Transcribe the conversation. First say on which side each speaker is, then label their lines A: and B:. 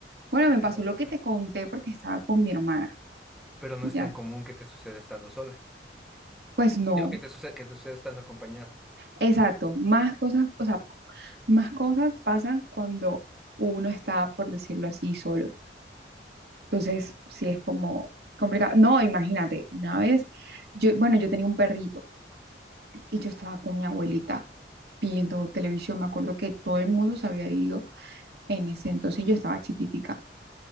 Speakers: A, on the right; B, in the centre.
A: Bueno, me pasó
B: Pero no
A: lo que
B: tan.
A: te conté porque estaba con mi hermana,
B: Pero no
A: ¿ya?
B: es tan común que te suceda estando sola.
A: Pues no.
B: Digo que te sucede, que te suceda estando acompañada.
A: Exacto, más cosas, o sea, más cosas pasan cuando uno está, por decirlo así, solo. Entonces, sí es como complicado. No, imagínate, una vez, yo, bueno, yo tenía un perrito y yo estaba con mi abuelita viendo televisión. Me acuerdo que todo el mundo se había ido en ese entonces, yo estaba chiquitica.